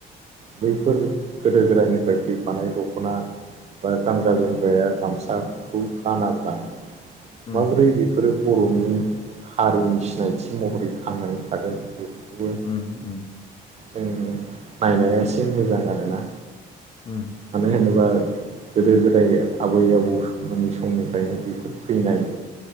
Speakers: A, on the right; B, on the left.
A: बैफोर गोदो गोदायनिफ्राय फैफानाय दख'ना बा गानग्रा जोमग्राया गामसाखौ गानाब्ला माबोरै
B: उम
A: बेफोरो बर'नि हारिनि सिनायथि महरै थांनानै थागोन बेफोरखौबो
B: उम
A: जों नायनाया एसे मोजां आरोना
B: उम उम
A: मानो होनोबा गोदो गोदाय आबै आबौमोननि समनिफ्रायनो बेफोर फैनाय